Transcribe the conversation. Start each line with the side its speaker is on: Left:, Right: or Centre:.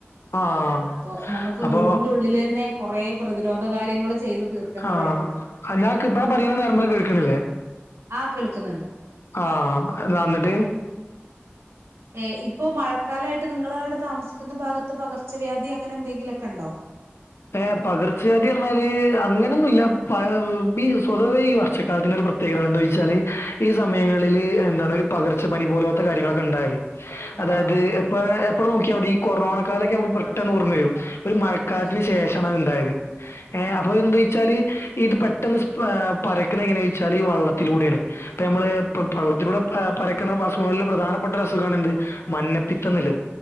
Left: ആഹ്
Right: അപ്പൊ നമ്മക്ക്
Left: അപ്പൊ
Right: വീടിൻ്റുള്ളിലെന്നെ കുറേ പ്രതിരോധ കാര്യങ്ങള് ചെയ്തു തീർക്കേണ്ടതായിട്ടുണ്ട്
Left: ആഹ് ഞാൻ ഇപ്പ പറയണ നേർമല കേൾക്കണില്ലേ
Right: ആ കേൾക്കുന്നുണ്ട്
Left: ആഹ് എന്താ ന്നിട്ട്
Right: ഏ ഇപ്പൊ മഴ ൽക്കാലായിട്ട് നിങ്ങളവടെ താമസിക്കുന്ന ഭാഗത്ത് പകർച്ചവ്യാധി അങ്ങനെ എന്തെങ്കിലൊക്കെണ്ടോ
Left: ഏ പകർച്ചവാതിന്നറിഞ്ഞാല് അങ്ങനെയൊന്നുല്ല പകർ ഈ സ്വതവേ ഈ വർഷക്കാലത്തിനൊരു പ്രത്യേക ങ്ങനൊണ്ടോ ന്നോയ്ചാല് ഈ സമയങ്ങളില് ന്താണ് ഒരു പകർച്ചപ്പനി പോലോത്ത കാര്യങ്ങളൊക്കെ ണ്ടായി
Right: ഉണ്ടാവാറുണ്ട്
Left: അതായത് എപ്പ എപ്പൊ നോക്കിയാമതി, ഈ കൊറോണ കാലൊക്കെ നമക്ക് പെട്ടെന്ന് ഓർമ്മ വരും ഒരു കാലത്തിന്
Right: അതെ
Left: ശേഷാണ് അത്ണ്ടായത്. ഏ
Right: അതെ
Left: അപ്പൊ
Right: അതെ
Left: എന്താെച്ചാല് ഇത് പെട്ടെന്ന് സ്പ്രാ പരക്ക്ണ എങ്ങനെയാന്നച്ചാല് ഈ വള്ളത്തിലൂടെയാണ് അപ്പൊ നമ്മള് വള്ളത്തിലൂടെ ആ പരക്ക്ണ അസുഖങ്ങളിൽ പ്രധാനപ്പെട്ട ഒരു അസുഖാണ് എന്ത് മഞ്ഞപ്പിത്ത ന്ന്ള്ളത്.